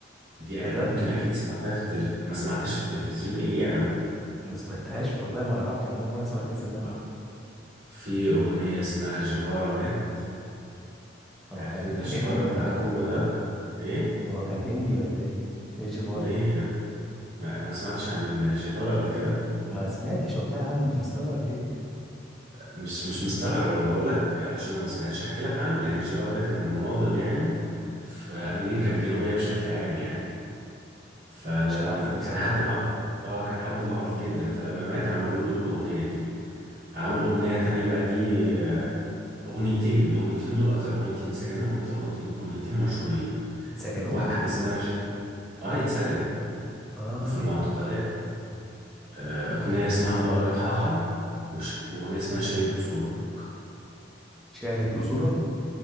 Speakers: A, on the right; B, in the centre.
A: دي
B: ايه ده
A: ممكن أكيد سمعتها في التلف... ما سمعتهاش في التلفزيون إيه يا عم
B: ما سمعتهاش والله ما اعرفش انا اول مره اسمع الاسم ده
A: آه. في أغنية اسمها جيفارا مات
B: هو
A: عارف
B: كان
A: أنت جيفارا
B: هندي
A: بتاع
B: ولا
A: كوبا
B: ايه
A: ده إيه
B: هو كان هندي ولا ايه ايه الجفاره
A: ليه
B: دي
A: يا عم ما ما سمعتش عن جيفارا قبل كده
B: ما سمعتش والله يا عم انت مستغرب ليه
A: مش مش مستغرب أنا بقول لك عشان لو ما سمعتش أحكي لك عنه يعني جيفارا ده كان مناضل يعني في أمريكا الجنوبية بشكل عام يعني فلما
B: مش عارفه بصراحه
A: كان حد لا معروف جامد اه كان حد معروف جدا فلما مات عملوا له الأغنية دي عمل أغنية تانية بقى دي آه، أغنيتين الأغنيتين دول أكتر أغنيتين سجنوا أكتر أغنيتين أغنيتين مشهورين
B: سجنوه
A: واحدة اسمها ازاي ش- اه اتسجن
B: اه
A: في المعتقلات آه، أغنية اسمها بقرة حاحة وش... وأغنية اسمها شيد أصولك
B: شاهد قصورك